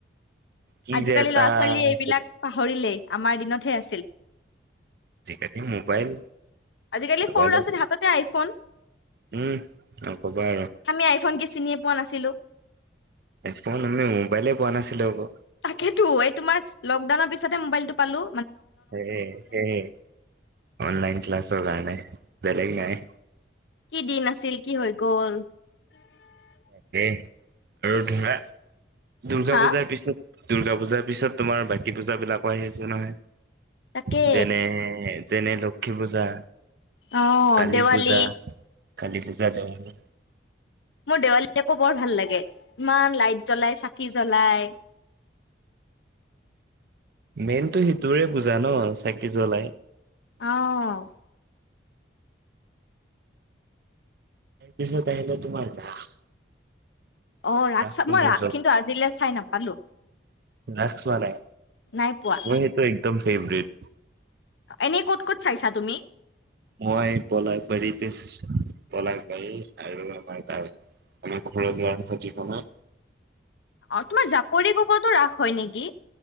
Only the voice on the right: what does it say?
কি
যে এটা
আছিলে
যি কেতি মোবাইল।
মোবাইলত
উম নকবা আৰু
আইফোন! আমি মোবাইলে পোৱা নাছিলো আকৌ।
হে -হে -হে- অনলাইন ক্লাছৰ কাৰণে। বেলেগ নাই।
তাকেহ। আৰু ধৰা, দুৰ্গা
পূজাৰ পিছত দুূৰ্গা পূজাৰ পিছত তোমাৰ বাকী পূজা বিলাকো আহি আছে নহয়।
যেনে যেনে লক্ষী পূজা,
কালী
পূজা কালী পূজা, দেৱালী
মেইনটো সিটোৰে পূজা ন চাকি জ্বলায়।
পিছত আহিলে তোমাৰ ৰাস
ৰাসটো
মোৰ
জ
ৰাস চোৱা নাই
মোৰ সেইটো একদম ফেভৰেট।
মই পলাশবাৰীতে চাইছো। পলাশবাৰী আৰু আমাৰ তাত আমাৰ ঘৰৰদুৱাৰ মুখত জিখন হয়